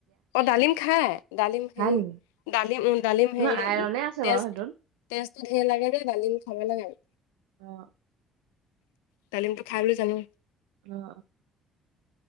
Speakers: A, on the left; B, on the right.
A: অ' ডালিম খাই, ডালিম
B: খাই
A: হেৰি
B: নেকি
A: ডালিম উম ডালিম হেৰি
B: ন আইৰনে আছে
A: তেজ
B: বাৰু সেইটোত
A: তেজটো ধেৰ লাগে যে ডালিম খাব লাগে আৰু।
B: অ'।
A: ডালিমটো খাই বুলি জানো।
B: অ'।